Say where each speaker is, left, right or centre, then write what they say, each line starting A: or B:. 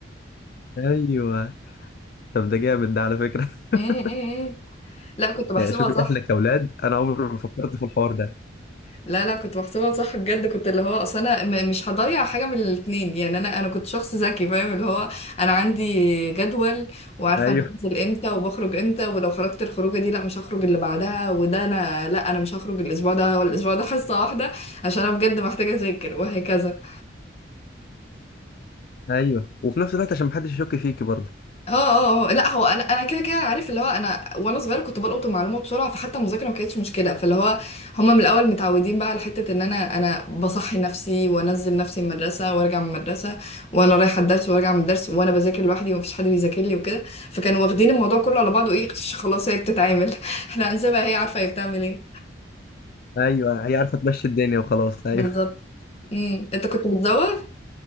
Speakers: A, on the left (about 50°); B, on the left (about 35°).
A: ايوه طب ده جامد ده على فكرة <laughs>
B: م- م- م. لا كنت بحسبها
A: يعني شوفي
B: صح
A: اهلك اولاد انا عمري ما فكرت في الحوار ده
B: لا لا كنت بحسبها صح بجد كنت اللي هو اصل انا م- مش هضيع حاجه من الاتنين يعني انا انا كنت شخص ذكي فاهم اللي هو انا عندي جدول وعارفه
A: ايوه
B: انا بنزل امتى وبخرج امتى ولو خرجت الخروجه دي لا مش هخرج اللي بعدها وده انا لا انا مش هخرج الاسبوع ده ولا الاسبوع ده حصه واحده عشان انا بجد محتاجه اذاكر وهكذا
A: ايوه وفي نفس الوقت عشان محدش يشك فيكي برضه
B: اه اه آه. آه، لا هو انا انا كده كده عارف اللي هو انا وانا صغيره كنت بلقط المعلومه بسرعه فحتى المذاكره ما كانتش مشكله فاللي هو هما من الاول متعودين بقى على حته ان انا انا بصحي نفسي وانزل نفسي من المدرسه وارجع من المدرسه وانا رايحه الدرس وارجع من الدرس وانا بذاكر لوحدي ومفيش حد بيذاكر لي وكده فكانوا واخدين الموضوع كله على بعضه ايه ش- خلاص هي بتتعامل <laughs> احنا هنسيبها هي عارفه هي بتعمل ايه
A: ايوه هي عارفه تمشي الدنيا وخلاص ايوه
B: بالظبط امم انت كنت بتزوغ